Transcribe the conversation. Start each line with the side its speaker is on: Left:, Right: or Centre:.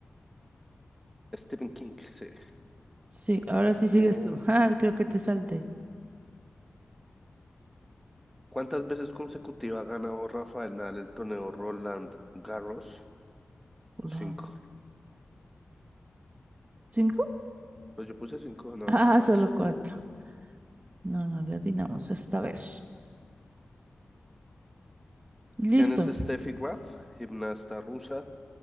Centre: Stephen King, sí.
Right: Sí, ahora sí
Centre: Bien.
Right: sigues tú. <laughs> Ah, creo que te salté.
Centre: ¿Cuántas veces consecutivas ha ganado Rafael Nadal el torneo Roland Garros?
Right: Hola.
Centre: Cinco.
Right: ¿Cinco?
Centre: Pues yo puse cinco,
Right: <laughs>
Centre: no,
Right: Ah,
Centre: acá cuatro.
Right: solo cuatro. No, no, le atinamos esta vez. Listo.
Centre: ¿Quién es Steffi Graf? Gimnasta rusa,